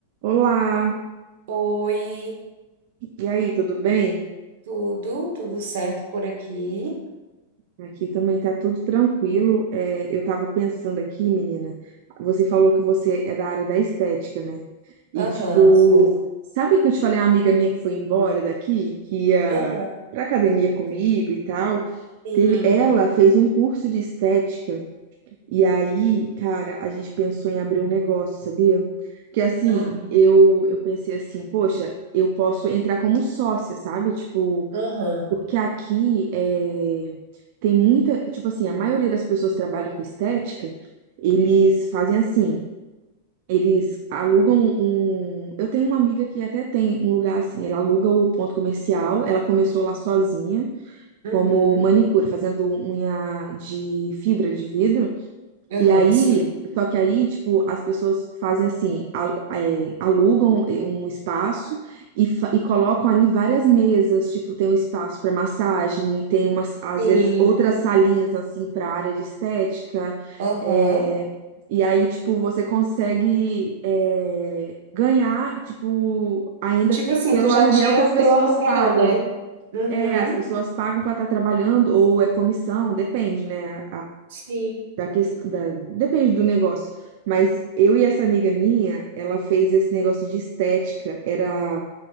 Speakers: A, on the right (about 50°); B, on the right (about 65°).
A: Olá,
B: Oi,
A: e aí, tudo bem?
B: tudo, tudo certo por aqui?
A: Aqui também tá tudo tranquilo. É, eu tava pensando aqui, menina, você falou que você é da área da estética, né? E
B: Aham,
A: tipo,
B: sou.
A: sabe que eu te falei, a amiga minha que foi embora daqui, que ia
B: Aham,
A: pra academia comigo e tal?
B: sim.
A: Teve, ela fez um curso de estética, e aí, cara, a gente pensou em abrir um negócio, sabia? Que assim,
B: Ai,
A: eu, eu pensei assim, poxa, eu posso entrar como sócia, sabe? Tipo.
B: aham.
A: Porque aqui é, tem muita, tipo assim, a maioria das pessoas que trabalham com estética, eles fazem assim, eles alugam um. Eu tenho uma amiga que até tem um lugar assim, ela aluga o ponto comercial, ela começou lá sozinha,
B: Uhum.
A: como manicure, fazendo unha de fibra de vidro.
B: Aham,
A: E aí,
B: sim.
A: só que aí, tipo, as pessoas fazem assim, al- é, alugam eh, um espaço e, fa- e colocam ali várias mesas, tipo, tem um espaço para massagem, tem umas, às
B: Sim.
A: vezes, outras salinhas assim para área de estética.
B: Aham.
A: é, e aí, tipo, você consegue é, ganhar, tipo, ainda
B: Tipo assim,
A: pelo
B: tu já
A: aluguel
B: tira
A: que as
B: o teu
A: pessoas
B: aluguel,
A: pagam.
B: né? Uhum.
A: É, as pessoas pagam para estar trabalhando, ou é comissão, depende, né?
B: Sim.
A: da questão da, depende do negócio. Mas eu e essa amiga minha, ela fez esse negócio de estética. Era,